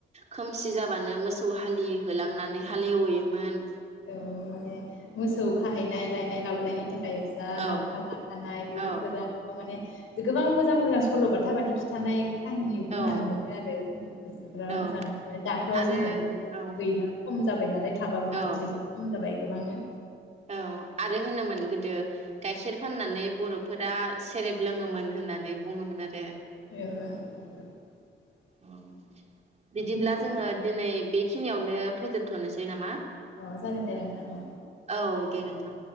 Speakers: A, on the right; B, on the left.
A: खोमसि जाब बानो मोसौ हालि होलांनानै हालेवहैयोमोन।
B: औ माने मोसौ खाहैनाय लायनाय लाबोलायनायनि थाखाय
A: औ
B: लावखार लाखानाय बिदिफोरा
A: औ
B: माने गोबां मोजां मोजां सल'बाथा बादि खिथानाय काहिनि
A: औ
B: खोनानो मोनो आरो गोसोफ्रा
A: औ
B: मोजां मोनबाय दाथ
A: आरो
B: जोङो बेफोरखौ
A: औ
B: गैला खम जाबाय नालाय थाबाबो
A: औ
B: मानो खम जाबाय गोबांनो।
A: औ आरो होनोमोन गोदो गाइखेर फाननानै बरफोरा सेरेब लोङोमोन होननानै बुङोमोन आरो।
B: <unintelligible>
A: अ बिदिब्ला
B: मोजाङानो
A: जोङो दिनै बे बेखिनियावनो फोजोबथनोसै नामा?
B: औ जागोन दे नोंथां अ।
A: औ दे नोंथां